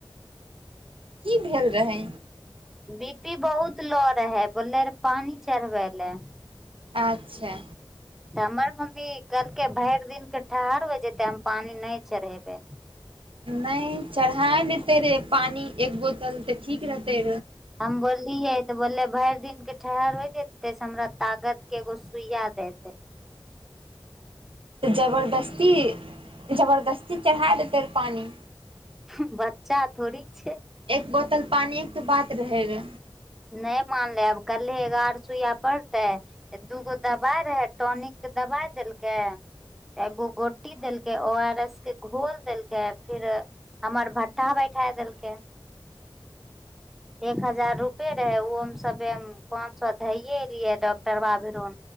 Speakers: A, on the right (about 85°); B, in the centre.
A: की भेल रहै।
B: बी पी बहुत लो रहै, बोलले रहे पानी चढ़बै ले।
A: अच्छा
B: त हमर मम्मी कहलकै भरि दिनमे ठहढ़ हो जेतै हम पानि नहि चढ़ेबै
A: नै चढ़ा लेतै पानी एक बोतल त ठीक रहतै।
B: हम बोलली है तऽ बोललेै भरि दिन के ठहर होइ छै तेएस हमरा तागत के एगो सुइया दै दए
A: जबरदस्ती जबरदस्ती चढ़ा देतै रऽ पानि
B: हूँ बच्चा थोड़ीक छै
A: एक बोतल पानिएके तऽ बात भेल रहैए
B: नहि मानले आब कल्हे एगार सुइया पड़तै एक दुगो दवाइ रहै, टॉनिक के दवाइ देलकै, एगो गोटी देलकै ओ आर एस के घोल देलकै फिर हमर भट्ठा बैठा देलकै एक हजार रुपए रहै ओमे सभे पाँच सए धैए एलियै डॉक्टर बाभिरो